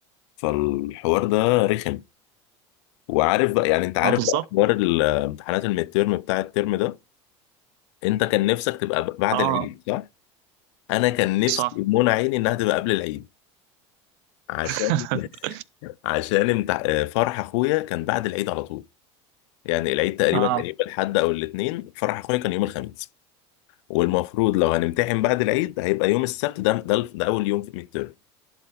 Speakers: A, on the left (about 75°); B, on the right (about 70°).
A: فالحوار ده رخم وعارف بقى يعني انت عارف
B: ما بالظبط
A: بقى حوار الامتحانات الميد تيرم بتاع الترم ده انت كان نفسك تبقى ب- بعد
B: اه
A: العيد صح؟ انا كان نفسي
B: صح
A: منى عيني انها تبقى قبل العيد عشان
B: <laughs>
A: <laughs> عشان امت... فرح اخويا كان بعد العيد على طول يعني العيد تقريبا
B: اه
A: كان يوم الاحد او الاثنين فرح اخويا كان يوم الخميس والمفروض لو هنمتحن بعد العيد هيبقى يوم السبت ده ده, ده اول يوم في الميد تيرم